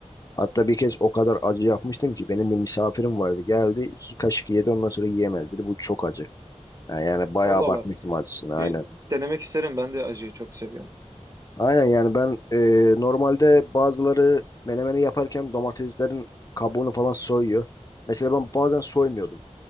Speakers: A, on the left; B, on the right.
A: Hatta bir kez o kadar acı yapmıştım ki benim bir misafirim vardı geldi iki kaşık yedi ondan sonra yiyemedi dedi bu çok acı. Yani, yani bayağı
B: Allah
A: bakmıştım
B: Allah.
A: acısına aynen.
B: Bir denemek isterim. Ben de acıyı çok seviyorum.
A: Aynen yani ben e, normalde bazıları menemeni yaparken domateslerin kabuğunu falan soyuyor. Mesela ben bazen soymuyordum.